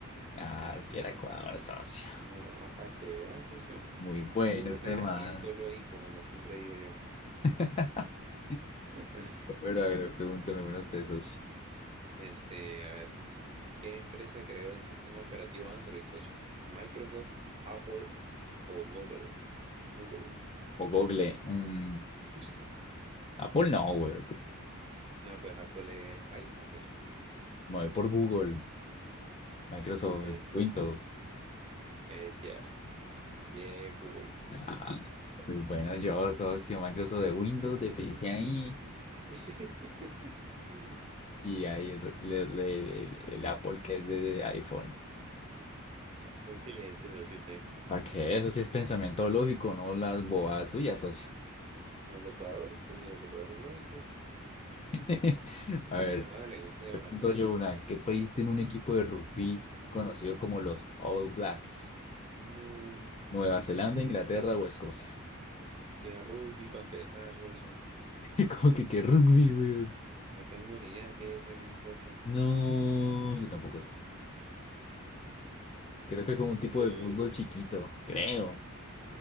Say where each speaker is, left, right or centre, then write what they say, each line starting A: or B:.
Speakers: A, on the left (about 30°); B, on the right (about 25°).
A: Ah, sí era Ecuador, socio.
B: Nada, para que veas, socio.
A: Muy bueno
B: Puro
A: este
B: pensamiento
A: man.
B: lógico, como siempre digo yo.
A: <laughs>
B: <laughs>
A: Pero a ver, pregúnteme uno de ustedes, socio.
B: Este, a ver, ¿qué empresa creó el sistema operativo Android, socio? ¿Microsoft, Apple o Google? Google.
A: O Google. mm,
B: <laughs>
A: Apple no, güey.
B: No, pues Apple es iPhone, socio.
A: me voy por Google, Microsoft,
B: Pues ujú,
A: Windows.
B: es cierto. Sí es Google.
A: Ah, Pues Bueno, yo socio Microsoft de Windows, de PC ahí,
B: <laughs>
A: y ahí el, le- le- el- el Apple que es de iPhone.
B: Muy inteligente, socio, usted.
A: ¿Para qué? Eso sí es pensamiento lógico, no las bobadas suyas, socio.
B: ¿El de Ecuador? Pues el de Ecuador es lógico.
A: <laughs> A ver,
B: Bueno, dale, usted
A: pregunto
B: ahora.
A: yo una, ¿qué país tiene un equipo de rugby conocido como los All Blacks?
B: No,
A: ¿Nueva Zelanda, Inglaterra o Escocia?
B: que rugby para empezar, socio.
A: <laughs> ¿Cómo que qué rugby, weón?
B: No tengo ni idea qué es esa cosa.
A: No, yo tampoco sé. Creo que como un tipo
B: Pues,
A: de fútbol chiquito, creo.